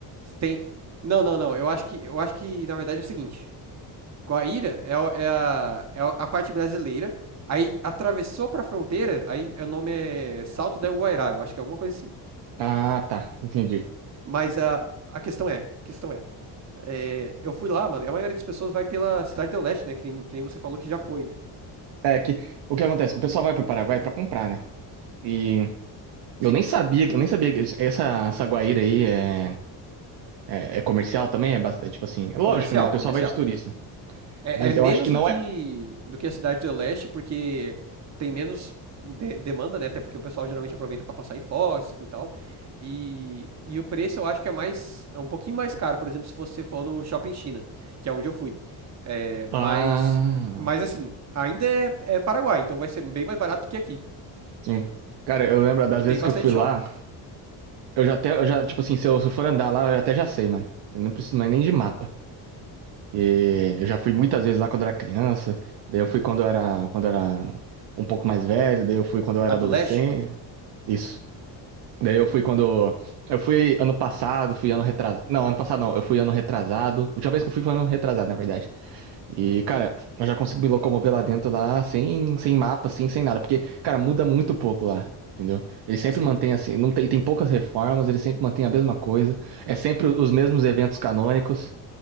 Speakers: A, on the right; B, on the right.
A: Tem. Não, não, não. Eu acho que. Eu acho que, na verdade, é o seguinte. Guaíra é, é a, é a parte brasileira. Aí atravessou pra fronteira, aí o nome é Salto del Guairá, eu acho que é alguma coisa assim.
B: Ah, tá. Entendi.
A: Mas a, a questão é, a questão é, é, eu fui lá, mano, e a maioria das pessoas vai pela Cidade do Leste, né? Que nem, que nem você falou que já foi, né?
B: É que o que acontece? O pessoal vai pro Paraguai pra comprar, né? E eu
A: Sim,
B: nem sabia, que- eu nem sabia que essa, essa Guaíra aí é, é, é comercial também, é, bas- é tipo assim, é lógico,
A: comercial,
B: né? O pessoal
A: comercial.
B: vai de turista.
A: É,
B: Mas
A: é menos
B: eu acho que não
A: do que,
B: é.
A: do que a Cidade do Leste, porque tem menos de- demanda, né? Até porque o pessoal geralmente aproveita para passar em Foz e tal. E, e o preço eu acho que é mais, é um pouquinho mais caro, por exemplo, se você for no Shopping China, que é onde eu fui. É, mas,
B: Ah,
A: mas assim, ainda é, é Paraguai, então vai ser bem mais barato que aqui.
B: sim. Cara, eu lembro das
A: E tem
B: vezes
A: bastante
B: que eu fui
A: shopping.
B: lá, eu já até, eu já, tipo assim, se eu, se eu for andar lá, eu até já sei, mano. Eu não preciso mais nem de mapa. E eu já fui muitas vezes lá quando era criança, daí eu fui quando eu era, quando eu era um pouco mais velho, daí eu fui quando eu era
A: A
B: adolescente,
A: do Leste?
B: isso. Daí eu
A: Hum,
B: fui quando. Eu fui ano passado, fui ano retrasado. Não, ano passado não, eu fui ano retrasado. A última vez que eu fui foi ano retrasado, na verdade. E, cara, eu já consigo me locomover lá dentro, lá, sem, sem mapa, assim, sem nada. Porque, cara, muda muito pouco lá, entendeu? Ele sempre
A: sim.
B: mantém assim, não tem, tem poucas reformas, ele sempre mantém a mesma coisa. É sempre os mesmos eventos canônicos.